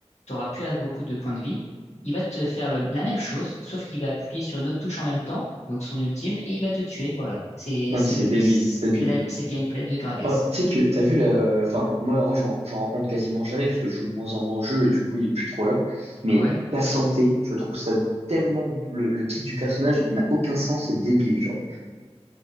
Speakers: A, on the left; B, on the right.
A: tu n'auras plus euh, beaucoup de points de vie. Il va te faire le- la même chose, sauf qu'il va appuyer sur une autre touche en même temps donc son ultime, et il va te tuer, voilà. C'est
B: Non,
A: c'est
B: mais c'est
A: le,
B: débile,
A: c'est
B: c'est débile.
A: la- c'est le gameplay de Gragas.
B: Oh, tu sais que, t'as vu la... Enfin, moi, en vrai, j'en j'en rencontre quasiment jamais parce que je joue de moins en moins au jeu et du coup, il est plus trop là. Mais
A: Ouais,
B: ta santé, je trouve ça tellement... Le, le titre du personnage n'a aucun sens, c'est débile, genre.